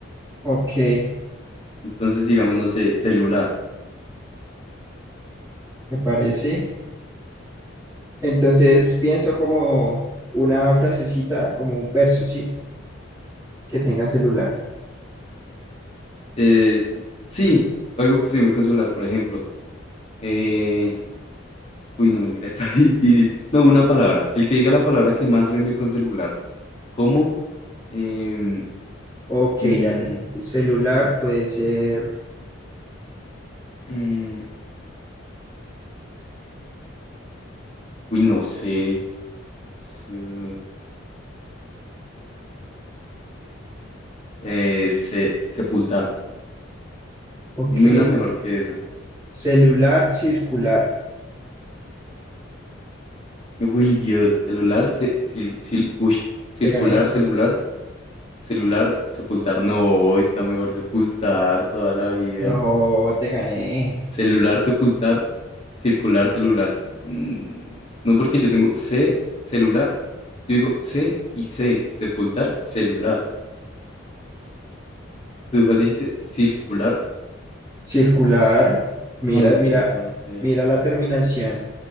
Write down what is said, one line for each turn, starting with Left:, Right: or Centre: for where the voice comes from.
Right: Ok,
Left: Entonces, digamos, no sé, celular.
Right: me parece. Entonces pienso como una frasecita, como un verso, ¿sí? que tenga celular.
Left: Eh, sí, algo que rime con celular, por ejemplo. Eh, uy, no mentira, <laughs> está difícil. No, una palabra. El que diga la palabra que más rime con celular. ¿Cómo? Em,
Right: Ok,
Left: mm,
Right: ya te entendí. Celular puede ser.
Left: mm, uy, no sé. Su- eh, se- sepultar.
Right: Ok.
Left: Dime una mejor que esa.
Right: Celular circular.
Left: Uy, Dios. Celular, se, cil- cil- uy, circular,
Right: Te gané.
Left: celular, celular, sepultar. No, está mejor sepultar toda la vida.
Right: No, te gané.
Left: Celular, sepultar, circular, celular. Mm, No porque yo tengo C, celular. Yo digo C y C, sepultar, celular. Tú igual dijiste circular.
Right: Circular. Mira,
Left: No mentiras,
Right: mira,
Left: no sé.
Right: mira la terminación.